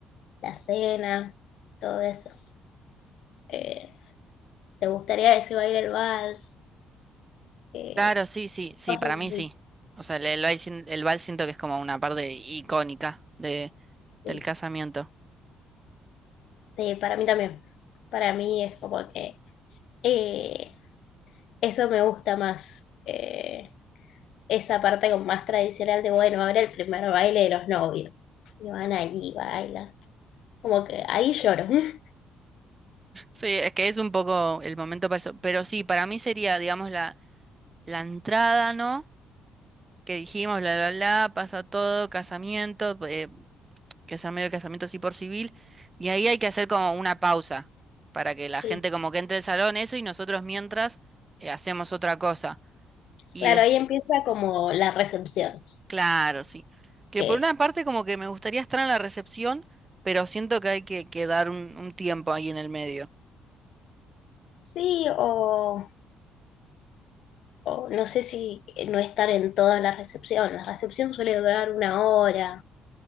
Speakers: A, on the left; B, on the right.
A: la cena, todo eso. Eh, ¿te gustaría que se baile el vals? Eh,
B: Claro, sí, sí, sí,
A: cosas
B: para mí
A: así.
B: sí. O sea, el, el baile sin- el vals siento que es como una parte icónica de, del
A: Sí,
B: casamiento.
A: sí, para mí también. Para mí es como que... eh, eso me gusta más, eh, esa parte como más tradicional de, bueno, ahora el primer baile de los novios. Y van allí, bailan. Como que ahí lloro. <laughs>
B: Sí, es que es un poco el momento para eso. Pero sí, para mí sería, digamos, la, la entrada, ¿no? Que dijimos, la, la, la, pasa todo, casamiento. eh, que sea medio del casamiento así por civil, y ahí hay que hacer como una pausa para que la
A: Sí.
B: gente como que entre al salón, eso, y nosotros mientras eh, hacemos otra cosa. Y
A: Claro,
B: des-
A: ahí empieza como la recepción,
B: claro, sí. Que
A: que
B: por una parte como que me gustaría estar en la recepción, pero siento que hay que, que dar un, un tiempo ahí en el medio.
A: sí, o, o no sé si no estar en toda la recepción. La recepción suele durar una hora,